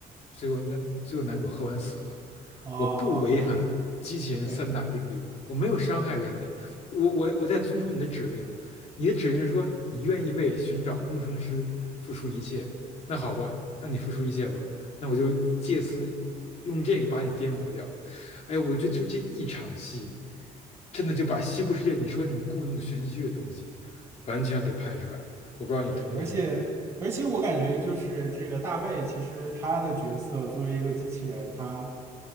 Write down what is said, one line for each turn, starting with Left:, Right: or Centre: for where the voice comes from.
Left: 最后男最后男主喝完死了。
Right: 啊，
Left: 我不违反机器人三大定律，
Right: 对，对
Left: 我没有伤害人类，我我我在遵从你的指令。你的指令说你愿意为寻找工程师付出一切，那好吧，那你付出一切吧，那我就借此用这个把你颠覆掉。哎，我觉得就这一场戏，真的就把西部世界你说那种故弄玄虚的东西，完全给拍出来了。我不知道你同意吗？
Right: 对，而且而且我感觉就是这个大卫，其实他的角色作为一个机器人，他